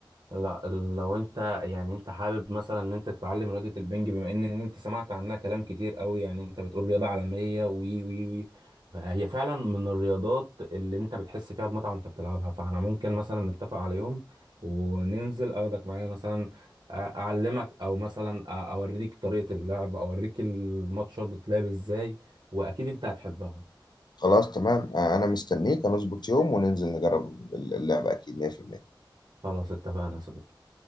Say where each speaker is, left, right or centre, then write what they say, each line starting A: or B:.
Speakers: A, on the right; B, on the left.
A: لا لو انت يعني انت حابب مثلا ان انت تتعلم رياضة البنج بما ان ان انت سمعت عنها كلام كتير قوي يعني انت بتقول رياضة عالمية وي وي وي هي فعلا من الرياضات اللي انت بتحس فيها بمتعة وانت بتلعبها فاحنا ممكن مثلا نتفق على يوم وننزل اخدك معايا مثلا أ- اعلمك او مثلا أ- اوريك طريقة اللعب اوريك الماتشات بتلعب ازاي واكيد انت هتحبها
B: خلاص تمام آه، أنا مستنيك هنظبط يوم وننزل نجرب اللعبة أكيد 100%
A: خلاص اتفقنا يا صديقي